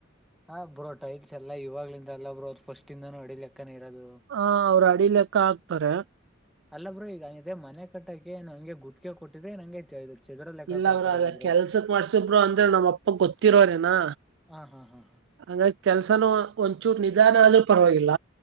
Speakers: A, in the centre; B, on the right.
A: ಹಾ ಬ್ರೋ ಟೈಲ್ಸ್ ಎಲ್ಲಾ ಇವಾಗ್ಲಿಂದ ಅಲ್ಲ ಬ್ರೊ ಫಸ್ಟ್ ಇಂದನು ಅಡಿ ಲೆಕ್ಕನ ಇರೋದು
B: ಆ ಅವ್ರ ಅಡಿ ಲೆಕ್ಕ ಹಾಕ್ತಾರೆ
A: ಅಲ್ಲ ಬ್ರೋ ಈಗಂಗಿದೆ ಮನೆ ಕಟ್ಟಕ್ಕೆ ಹಂಗೆ ಗುತ್ಕ ಕೊಟ್ಟಿದ್ರೆ ನಂಗೆ ಚದರ ಲೆಕ್ಕ
B: ಇಲ್ಲ
A: ಕೊಡ್ತಾರಲ್ಲ
B: ಬ್ರೊ ಅದ
A: ಬ್ರೋ
B: ಕೆಲ್ಸಕ್ ಮಾಡ್ಸಬ್ರು ಅಂದ್ರೆ ನಮ್ಮ್ ಅಪ್ಪ ಗೊತ್ತಿರೋರೇನಾ
A: ಹಾ ಹಾ ಹಾ
B: ಹಂಗಾಗಿ ಕೆಲ್ಸನೂ ಒಂಚೂರು ನಿಧಾನ ಆದ್ರೂ ಪರವಾಗಿಲ್ಲ